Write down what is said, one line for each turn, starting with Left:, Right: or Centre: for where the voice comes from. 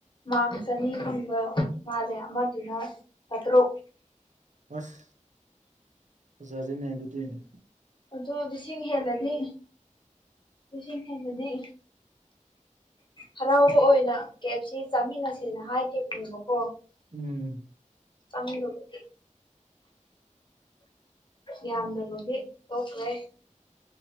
Left: ꯏꯅ ꯆꯅꯤ ꯐꯪꯕ ꯃꯥꯜꯂꯦ ꯑꯃꯗꯨꯅ ꯆꯥꯇꯔꯨꯛ
Right: ꯑꯁ ꯑꯣꯖꯥꯖꯤꯅꯦ ꯑꯗꯨꯗꯤꯅꯦ
Left: ꯑꯗꯣ ꯂꯤꯁꯤꯡ ꯍꯦꯜꯂꯗꯤ ꯂꯤꯁꯤꯡ ꯍꯦꯜꯂꯗꯤ ꯍꯔꯥꯎꯕ ꯑꯣꯏꯅ ꯀꯦꯞꯁꯤ ꯆꯥꯃꯤꯟꯅꯁꯦꯅ ꯍꯥꯏꯈꯤꯕꯅꯦꯕꯀꯣ
Right: ꯎꯝ
Left: ꯆꯗꯕ ꯑꯦ ꯌꯥꯝꯗꯕꯒꯤ ꯊꯣꯛꯈ꯭ꯔꯦ